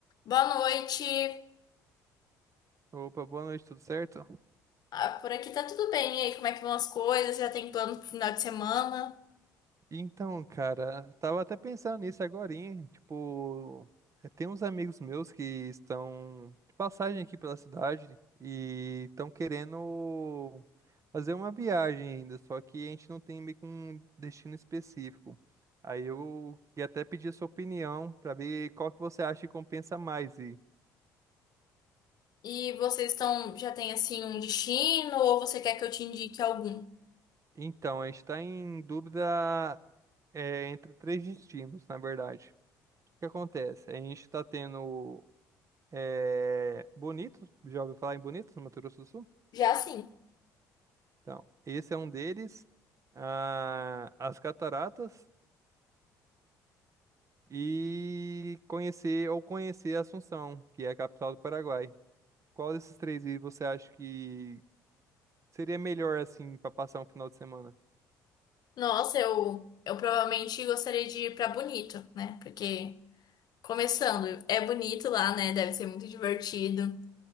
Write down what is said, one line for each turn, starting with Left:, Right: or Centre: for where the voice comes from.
Left: Boa noite.
Right: Opa, boa noite, tudo certo?
Left: Ah, por aqui tá tudo bem. E aí, como é que vão as coisas? Já tem plano pro final de semana?
Right: Então, cara, tava até pensando nisso agorinha, tipo, eh, tem uns amigos meus que estão de passagem aqui pela cidade e estão querendo fazer uma viagem ainda, só que a gente não tem meio que um destino específico. Aí eu ia até pedir a sua opinião pra ver qual que você acha que compensa mais ir.
Left: E vocês estão, já tem assim um destino ou você quer que eu te indique algum?
Right: Então, a gente está em dúvida, é entre três destinos, na verdade. O que acontece? A gente está tendo É... Bonito, já ouviu falar em Bonito, no Mato Grosso do Sul?
Left: Já sim.
Right: Então, esse é um deles. Ah, as cataratas e conhecer ou conhecer Assunção, que é a capital do Paraguai. Qual desses três aí você acha que seria melhor assim para passar um final de semana?
Left: Nossa, eu eu provavelmente gostaria de ir pra Bonito, né? Porque começando, é bonito lá, né? Deve ser muito divertido.